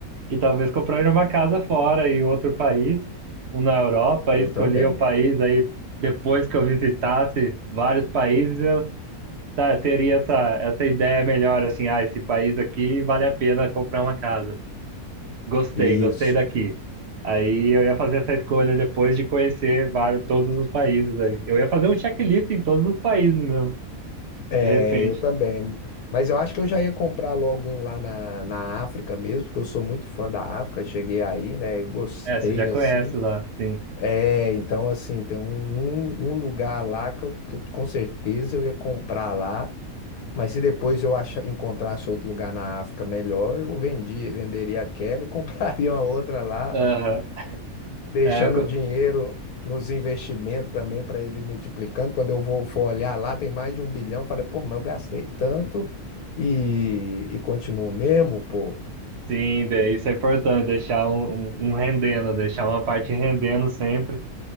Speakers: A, on the right; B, on the left.
A: e talvez compraria uma casa fora, em outro país, um na Europa,
B: Eu
A: e escolhia
B: também.
A: o país, aí depois que eu visitasse vários países, tá, teria essa, essa ideia melhor, assim, ah, esse país aqui vale a pena comprar uma casa. Gostei,
B: Isso.
A: gostei daqui. Aí eu ia fazer essa escolha depois de conhecer vários, todos os países aí. Eu ia fazer um checklist em todos os países mesmo,
B: É,
A: de repente.
B: eu também. Mas eu acho que eu já ia comprar logo um lá na, na África mesmo, porque eu sou muito fã da África. Cheguei aí, né? Eu gostei
A: É, você já conhece
B: assim.
A: lá, sim.
B: É, então assim, tem um, um, um lugar lá que eu, que eu- com certeza eu ia comprar lá. Mas se depois eu achar, encontrasse outro lugar na África melhor, eu vendia, venderia aquela e <laughs> compraria uma outra lá.
A: Aham.
B: deixando
A: É, eu co-
B: o dinheiro nos investimentos também para ele ir multiplicando. Quando eu vou for olhar lá, tem mais de um bilhão. Falei, pô, mas eu gastei tanto e, e continuo mesmo, pô.
A: sim, de- isso é importante, deixar um, um, um rendendo, deixar uma parte rendendo sempre.